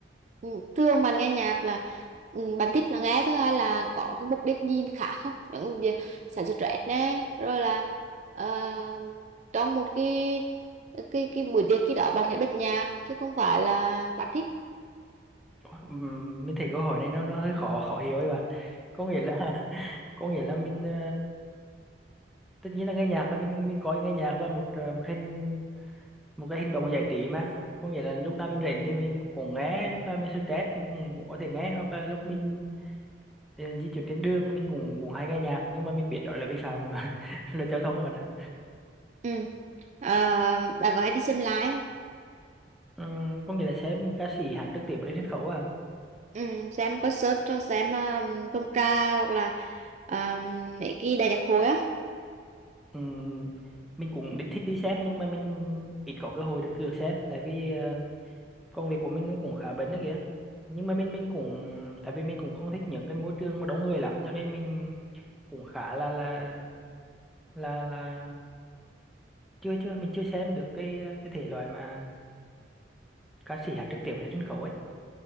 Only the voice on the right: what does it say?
ừ, thường bạn nghe nhạc là ừ, bạn thích là nghe thôi hay là có cái mục đích gì khác không những cái việc sản xuất rap nè rồi là ờ, trong một cái cái cái buổi tiệc khi đó bạn sẽ bật nhạc chứ không phải là bạn thích
Ừ. Ờ, bà có hay đi xem lái không?
Ừ, xem concert cho xem um, Phong Tra hoặc là um, mấy cái đại nhạc hội á.